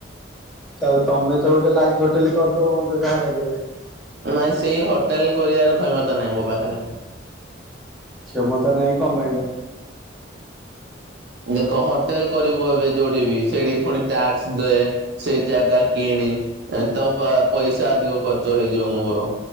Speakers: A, in the centre; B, on the right.
A: ତାହେଲେ ତମେ ତ ଗୋଟେ ଲାଇଫ ହୋଟେଲ କରିଦବ ମତେ ଯାହା ଲାଗିଲାଣି।
B: ନାଇଁ ସେଇ ହୋଟେଲ କରିବାର କ୍ଷମତା ନାହିଁ ମୋ ପାଖରେ।
A: କ୍ଷମତା ନାଇଁ କଣ ପାଇଁ ବା?
B: ଦେଖ ହୋଟେଲ କରିବୁ ଏବେ ଯୋଉଠି ବିି, ସେଇଠି ପୁଣି ଟ୍ୟାକ୍ସ ଦେ ସେଇ ଜାଗା କିଣି ତା ପଇସା ଅଧିକ ଖର୍ଚ୍ଚ ହେଇଯିବ ମୋର,